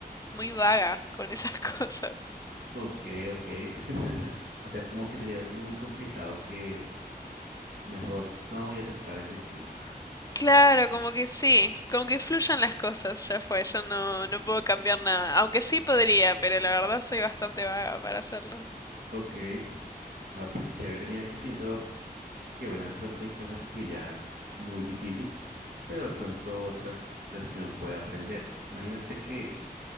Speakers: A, on the left (about 20°); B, on the right (about 90°).
A: muy vaga con esas <laughs> cosas.
B: Ok, ok. <laughs> O sea, como que sería algo muy complicado que mejor no y aceptar el destino.
A: Claro, como que sí, como que fluyan las cosas, ya fue, yo no, no puedo cambiar nada, aunque sí podría, pero la verdad soy bastante vaga para hacerlo.
B: Ok, no, pues chévere. Mira que pienso que, bueno, de pronto hay cosas que ya muy difícil, pero de pronto otras las que uno puede aprender. Imagínate que